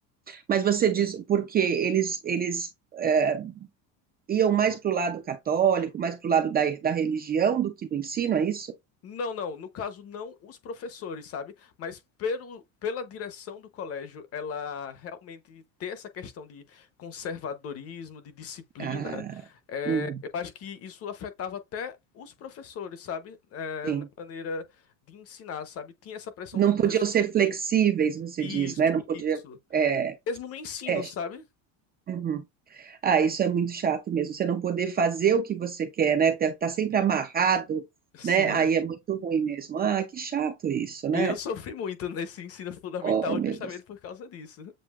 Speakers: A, on the right; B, on the left.
A: Mas você diz porque eles, eles é, iam mais para o lado católico, mais para o lado da, da religião do que do ensino, é isso?
B: Não, não, no caso não os professores, sabe? Mas pelo, pela direção do colégio, ela realmente ter essa questão de conservadorismo, de disciplina,
A: Ah,
B: é,
A: uhum,
B: eu acho que isso afetava até os professores, sabe? É,
A: sim.
B: na maneira de ensinar, sabe? Tinha essa pressão
A: Não
B: dos professores.
A: podiam ser flexíveis, você
B: Isso,
A: diz, né? Não podia.
B: isso.
A: É,
B: Mesmo no ensino,
A: é,
B: sabe?
A: uhum. Ah, isso é muito chato mesmo. Você não poder fazer o que você quer, né? Tá, tá sempre amarrado,
B: Sim.
A: né? Aí é muito ruim mesmo. Ah, que chato isso, né?
B: E eu sofri muito nesse ensino fundamental
A: Oh, meu
B: justamente
A: Deus.
B: por causa disso.